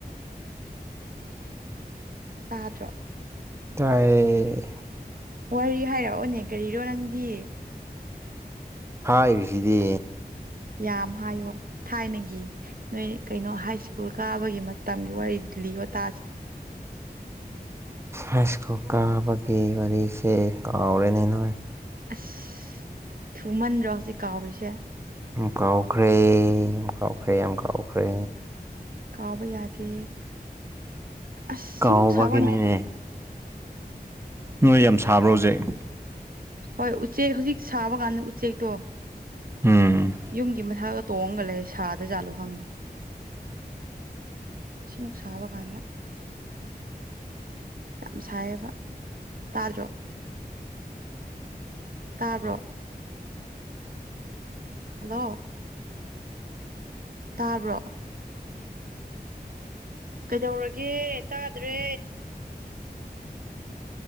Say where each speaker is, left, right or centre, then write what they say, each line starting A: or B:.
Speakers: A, on the right; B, on the right.
A: ꯇꯥꯗ꯭ꯔꯣ
B: ꯇꯥꯏꯌ‌ꯦ
A: ꯋꯥꯔꯤ ꯍꯥꯏꯔꯛꯑꯣꯅꯦ ꯀꯔꯤꯔꯣ ꯅꯪꯗꯤ
B: ꯍꯥꯏꯔꯤꯁꯤꯗꯤ
A: ꯌꯥꯝ ꯍꯥꯏꯌꯣ ꯊꯥꯏꯅꯒꯤ ꯅꯣꯏ ꯀꯩꯅꯣ ꯍꯥꯏ ꯁ꯭ꯀꯨꯜ ꯀꯥꯕꯒꯤ ꯃꯇꯝꯒꯤ ꯋꯥꯔꯤ ꯂꯤꯌ‌ꯣ ꯇꯥꯥꯁꯦ
B: ꯁꯍꯥꯏꯁ꯭ꯀꯨꯜ ꯀꯥꯕꯒꯤ ꯋꯥꯔꯤꯁꯦ ꯀꯥꯎꯔꯦꯅꯦ ꯅꯣꯏ
A: ꯑꯁ ꯊꯨꯃꯟꯗ꯭ꯔꯣ ꯍꯧꯖꯤꯛ ꯀꯥꯎꯔꯤꯁꯦ
B: ꯎꯝ ꯀꯥꯎꯈ꯭ꯔꯦ ꯌꯥꯝ ꯀꯥꯎꯈ꯭ꯔꯦ ꯌꯥꯝ ꯀꯥꯎꯈ꯭ꯔꯦ
A: ꯀꯥꯎꯕ ꯌꯥꯗꯦ ꯑꯁ ꯁꯤꯃꯨꯛ
B: ꯀꯥꯎꯕꯒꯤꯅꯤꯅꯦ
A: ꯁꯥꯕꯅꯤ
B: ꯅꯣꯏ ꯌꯥꯝ ꯁꯥꯕ꯭ꯔꯣ ꯍꯧꯖꯤꯛ
A: ꯍꯣꯏ ꯎꯆꯦꯛ ꯍꯧꯖꯤꯛ ꯁꯥꯕ ꯀꯥꯟꯗ ꯎꯆꯦꯛꯇꯣ
B: ꯎꯝ
A: ꯌꯨꯝꯒꯤ ꯃꯊꯛꯗ ꯇꯣꯡꯉꯒ ꯂꯩ ꯁꯥꯗ ꯖꯥꯠꯂꯣ ꯈꯪꯗꯦ ꯁꯤ ꯃꯨꯛ ꯁꯥꯕꯀꯥꯟꯗ ꯌꯥꯝ ꯁꯥꯏꯌꯦꯕ ꯇꯥꯗ꯭ꯔꯣ ꯇꯥꯕ꯭ꯔꯣ ꯍꯜꯂꯣ ꯇꯥꯕ꯭ꯔꯣ ꯀꯩꯗꯧꯔꯒꯦ ꯇꯥꯗ꯭ꯔꯦ